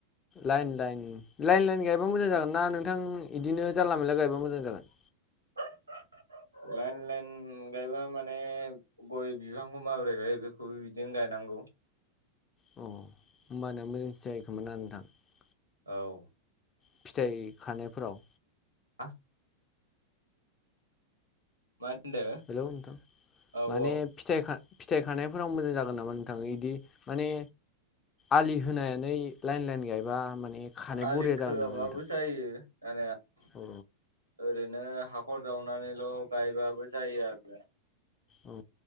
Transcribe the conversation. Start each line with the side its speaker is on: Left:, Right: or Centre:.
Left: लाइन लाइन लाइन लाइन गायबा मोजां जागोन ना नोंथां बिदिनो जानला मोनला गायबा मोजां जागोन?
Right: <inaudible> लाइन लाइन गायबा माने गय बिफांखौ माबोरै गायो बेखौबो बिदिनो गायनां औ
Left: औ <unintelligible>
Right: औ
Left: फिथाइ खानायफोराव
Right: आ मा होनदो
Left: हेलौ नोंथां
Right: औ
Left: माने
Right: औ
Left: फिथाइ खा फिथाइ खानायफोराव मोजां जागोन नामा नोंथां बिदि माने आलि होनानै लाइन लाइन गायबा माने खानाय
Right: आलि
Left: बरिया
Right: खोआबाबो
Left: जागोन नामा नोंथां
Right: जायो आनिया ओ
Left: अ
Right: ओरैनो हाखर जावनानैल' गायबाबो जायो आरो
Left: औ